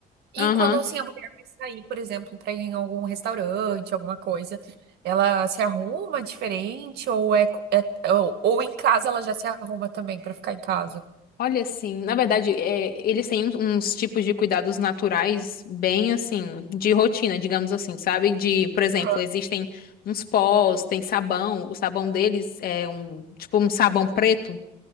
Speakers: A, on the right; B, on the left.
A: E
B: Aham.
A: quando assim a mulher vai sair, por exemplo, para ir em algum restaurante, alguma coisa, ela se arruma diferente ou é, co- é- ou, ou em casa ela já se arruma também para ficar em casa?
B: Olha, assim, na verdade, é, eles têm uns, uns tipos de cuidados naturais bem, assim, de rotina, digamos assim, sabe? De, por exemplo,
A: Aham.
B: existem uns pós, tem sabão, o sabão deles é um, tipo, um sabão preto